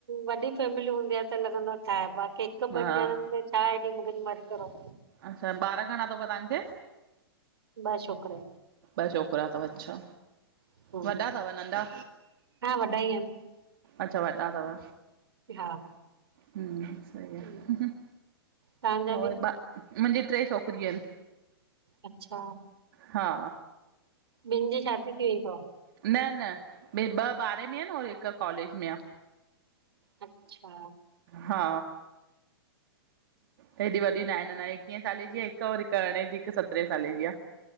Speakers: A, on the right (about 80°); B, on the right (about 60°).
A: वॾी फैमिली हूंदी आहे, त लॻंदो आहे ठाए, बाक़ी हिकु
B: हा।
A: ॿनि ॼणनि में छा ऐॾी मुगनि मारी करो।
B: अच्छा, ॿार घणा तव तव्हांखे?
A: ॿ छोकिरा
B: ॿ छोकिरा तव अच्छा,
A: आहिन
B: वॾा तव नंढा?
A: हा वॾा ई आहिनि
B: अच्छा वॾा तव?
A: हा!
B: हुं, सई
A: हम्म,
B: आह।
A: तव्हांजा
B: मुंहिंजी
A: बि
B: ट्रे छोकिरियू अहिनि।
A: अच्छा!
B: हा
A: ॿिन जी शादी थी वई तव?
B: न-न,, ॿे ॿ ॿारहें में आहिनि और हिकु कॉलेज में आ।
A: अच्छा!
B: हा हेॾी वॾी न आहे न एकीहें साले जी आहे हिक, और हिक अरड़ें जी, हिकु सतरहें साले जी आह।